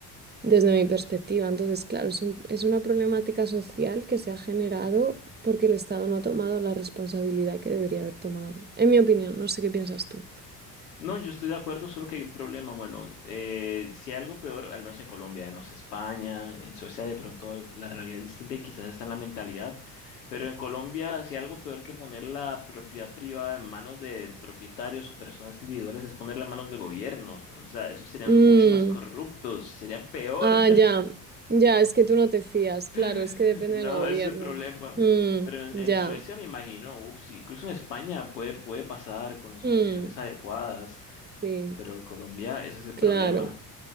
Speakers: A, on the right (about 20°); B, on the left (about 85°).
A: desde mi perspectiva. Entonces, claro, es un- es una problemática social que se ha generado porque el Estado no ha tomado la responsabilidad que debería haber tomado. En mi opinión, no sé qué piensas tú.
B: No, yo estoy de acuerdo, solo que hay un problema. Bueno, eh, si hay algo peor, al menos en Colombia, eh, no sé, España, en Suecia de pronto la realidad es distinta y quizás está en la mentalidad, pero en Colombia si hay algo peor que poner la propiedad privada en manos de propietarios o personas individuales es ponerla en manos del gobierno. O sea, esos serían
A: Mm,
B: mucho más corruptos, serían peor.
A: ah, ya, ya, es que tú no te fías, claro,
B: <laughs>
A: es que depende
B: No,
A: del gobierno.
B: ese es el problema.
A: Mm,
B: Pero en,
A: ya,
B: en Suecia me imagino, uf, sí, incluso en España puede, puede pasar con las
A: mm,
B: condiciones adecuadas.
A: sí,
B: Pero en Colombia ese es el
A: claro.
B: problema,